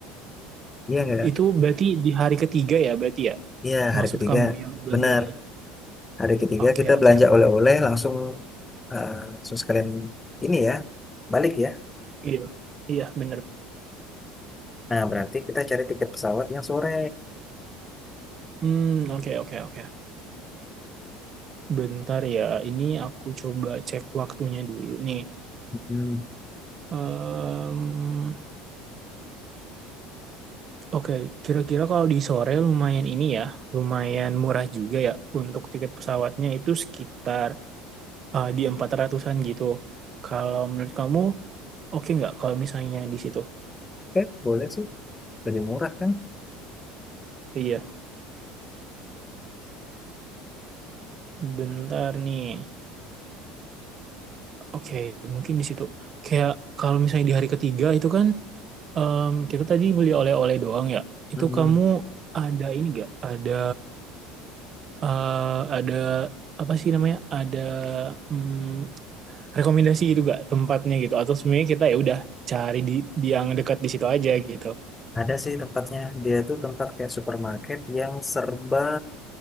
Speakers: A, on the left; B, on the right.
A: Iya enggak?
B: Itu berarti di hari ketiga ya, berarti ya?
A: Iya,
B: Maksud
A: hari ketiga.
B: kamu yang belanja
A: Benar.
B: online?
A: Hari ketiga
B: Oke,
A: kita
B: oke.
A: belanja oleh-oleh langsung eh, langsung sekalian ini ya balik ya.
B: Iya, iya, benar.
A: Nah berarti kita cari tiket pesawat yang sore.
B: Hmm, oke, oke, oke. Bentar ya, ini aku coba cek waktunya dulu nih.
A: Mm,
B: Em, Oke, okay. kira-kira kalau di sore lumayan ini ya, lumayan murah juga ya untuk tiket pesawatnya itu sekitar eh, di empat ratusan gitu. Kalau menurut kamu, oke okay nggak kalau misalnya di situ?
A: Oke, boleh sih. Lebih murah kan?
B: Iya, bentar nih. Oke, okay, mungkin di situ. Kayak kalau misalnya di hari ketiga itu kan em, kita tadi beli oleh-oleh doang ya. Itu
A: mm-mm.
B: kamu ada ini nggak? Ada eh, ada apa sih namanya? Ada mm, rekomendasi gitu gak tempatnya gitu? Atau sebenarnya kita ya udah cari di, di yang dekat di situ aja gitu.
A: Ada sih tempatnya. Dia tuh tempat kayak supermarket yang serba